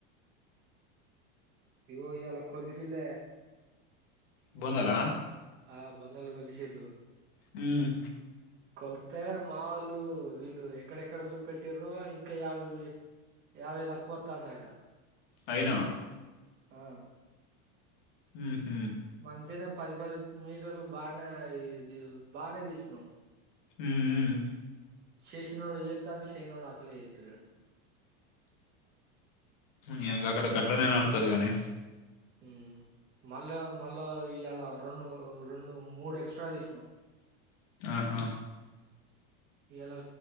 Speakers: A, on the right; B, on the left.
A: ఇగో ఇయాలా కొల్సిందే
B: బోందల
A: ఆ బంధలు కలిసిర్లు
B: ఉమ్.
A: కొలిత్తే మా వాలు వీళ్ళు ఎక్కడెక్కడ చూపెట్టిరో ఇంకా యావై యావై తక్కువతాన్నాయడట
B: అయినా
A: ఆ
B: ఉహు
A: మంచిగానే పది పది మీటర్లు బానే బానే తీసినాం
B: ఊఉ
A: శేషినోడు జేత్తాండు శేయనోడు అసలే ఎత్తలేడు
B: ఇ అక్కడ గట్ల నేను ఆడతది గానీ
A: ఉమ్ మళ్ళా మళ్ళా ఇయాలా రెండు రెండు మూడు ఎక్స్ట్రా తీసినం
B: ఆహా
A: ఇయాలా